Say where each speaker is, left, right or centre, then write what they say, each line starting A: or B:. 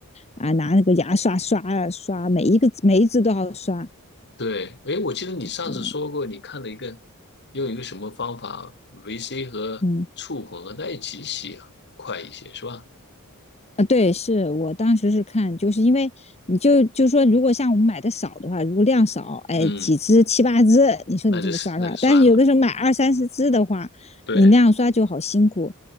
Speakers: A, on the left; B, on the left.
A: 啊拿那个牙刷刷啊刷，每一个每一只都要刷。
B: 对，诶，我记得你上次说过，
A: 对，
B: 你看了一个用一个什么方法，维 C 和醋混合在一起洗快一些，
A: 嗯，
B: 是吧？
A: 啊，对，是我当时是看，就是因为你就就说，如果像我们买的少的话，如果量少，哎，
B: 嗯，
A: 几只七八只，你说你这么刷刷，
B: 那就是那就算了。
A: 但是有的时候买二三十只的话，
B: 对，
A: 你那样刷就好辛苦。